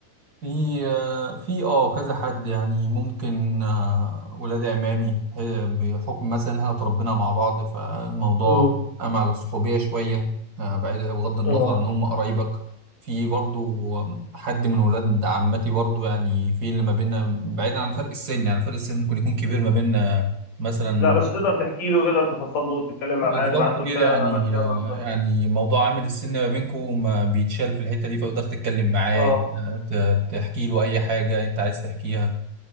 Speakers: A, on the right; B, on the left.
A: في آه، في اه كذا حد يعني ممكن آه، ولاد عمامي آه، بحكم مثلا إن احنا اتربينا مع بعض فالموضوع
B: امم
A: قام على الصحوبية شوية آه، بعيد بغض النظر
B: اه
A: عن هم قرايبك في برضو آه، حد من ولاد عمتي برضو يعني في اللي ما بيننا بعيدا عن فرق السن يعني فرق السن ممكن يكون كبير ما بيننا مثلا
B: لا بس تقدر تحكي له تقدر تفضفض له تتكلم معاه
A: بالظبط
B: تبعت له
A: كده
B: رساله
A: يعني
B: انا عملت كده
A: آه،
B: النهارده
A: يعني موضوع عامل السن ما بينكم ما بيتشال في الحتة دي فتقدر تتكلم معاه
B: اه
A: آه، ت- تحكي له أي حاجة أنت عايز تحكيها